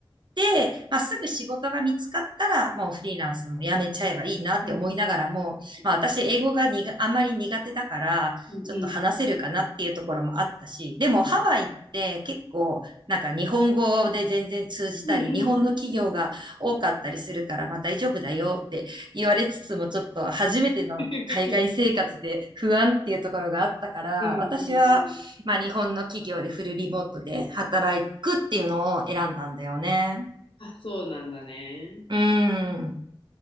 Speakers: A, on the right (about 55°); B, on the left (about 70°).
A: て、まあすぐ仕事が見つかったら、もうフリーランスも辞めちゃえばいいなって思いながらも、
B: うんうん
A: まあ私英語がにがあんまり苦手だから、
B: うん。うんうん。
A: ちょっと話せるかなっていうところもあったし、でもハワイって結構なんか日本語で全然通じたり、
B: うんうんうん
A: 日本の企業が多かったりするからまあ大丈夫だよって言われつつもちょっと初めての海外生活で不安っていうところがあったから、
B: <laughs> うん。<laughs> うんうん
A: 私はまあ日本の企業でフルリモートで働くっていうのを選んだんだよね。
B: うん。あ、そうなんだね。
A: うん。